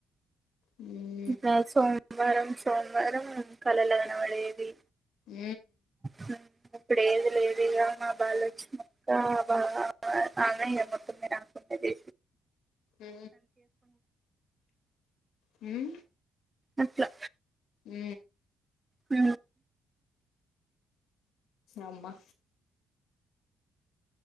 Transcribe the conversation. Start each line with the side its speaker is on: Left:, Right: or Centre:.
Left: ఉ
Right: ఇకా సోమవారం సోమవారం కళలో కనబడేది
Left: ఊ
Right: హుం ఇప్పుడు ఏది లేదిగా మావాళ్ళు వచ్చినంకా అబా ఆమే ఎవరికున్నది ఆమెకుంటది
Left: ఊ హుం
Right: అట్లా
Left: ఊ
Right: ఊ
Left: ఏమ్మా